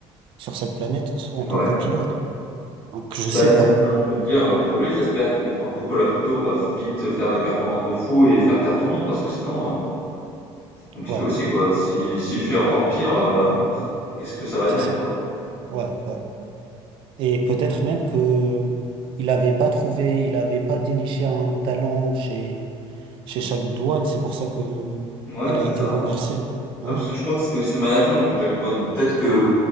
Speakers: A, on the right (about 50°); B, on the left (about 20°).
A: sur cette planète en
B: Ouais.
A: tant que pilote. Donc je
B: Ben
A: sais pas.
B: j'ai envie de dire, heu, pour lui, j'espère que Franco Colapinto va f vite faire des performances de fou et faire taire tout le monde parce que sinon, heu, c'est compliqué
A: Ouais,
B: aussi, quoi. Si s'il fait encore pire, heu, <laughs> qu'est-ce que ça va
A: c'est
B: dire,
A: ça.
B: quoi?
A: Ouais, ouais. Et peut-être même que il n'avait pas trouvé, il n'avait pas déniché un talent chez, chez chaque douane. C'est pour ça que
B: Ouais,
A: il
B: c'est
A: a été
B: ça,
A: remercié.
B: aussi.
A: Ouais,
B: Ouais, parce que je crois que c'était aussi le manager de Jack Doohan. Peut-être que